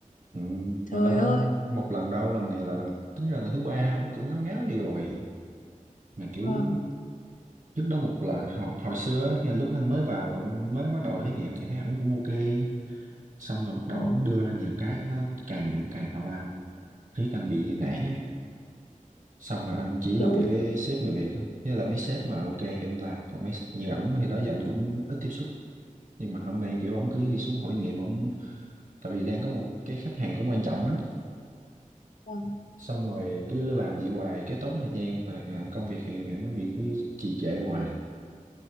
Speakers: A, on the right (about 55°); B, on the left (about 70°).
A: ừ,
B: Trời
A: mà đâu phải
B: ơi.
A: một lần đâu lần này là lần tính ra là thứ ba ông cũng ngáo ngáo vậy rồi mà kiểu
B: Vâng.
A: trước đó một là hồi, hồi xưa á, nghe lúc anh mới vào anh mới bắt đầu là thí nghiệm thì thấy ông cũng ok xong rồi bắt đầu
B: Ừ,
A: ông đưa ra nhiều cái nó càng ngày nó càng tào lao riết anh bị nản á xong rồi anh chỉ
B: Kiểu
A: làm việc cái sếp người Việt thôi với lại mấy sếp mà ok thì anh làm còn mấy như ổng thì đó giờ anh cũng ít tiếp xúc nhưng mà hôm nay kiểu ổng cứ đi xuống hội nghiệm ổng tại vì đang có một cái khách hàng cũng quan trọng á
B: vâng.
A: xong rồi cứ làm vậy hoài cái tốn thời gian và à, công việc thì nó bị cứ trì trệ hoài